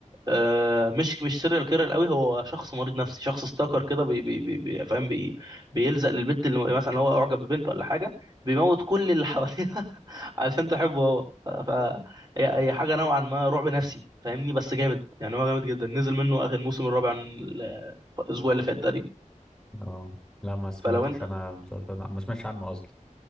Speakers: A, on the right (about 30°); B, in the centre.
A: آه، مش مش سيريال كيرر قوي هو شخص مريض نفسي شخص ستاكر كده بي بي بي بي- فاهم بي بيلزق للبت اللي مثلا لو هو اعجب ببنت ولا حاجه بيموت كل اللي حواليها <laughs> علشان تحبه هو ف هي هي حاجه نوعا ما رعب نفسي فاهمني بس جامد يعني هو جامد جدا نزل منه اخر الموسم الرابع ال- الاسبوع اللي فات تقريبا
B: اه لا ما سمعتش
A: فلو انت
B: انا المسلسل ده ما سمعتش عنه اصلا